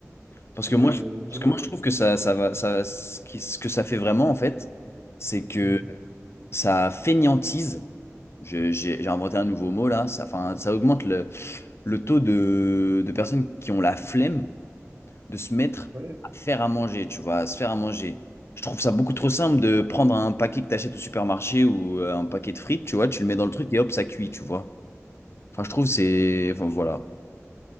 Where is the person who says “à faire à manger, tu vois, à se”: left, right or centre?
Left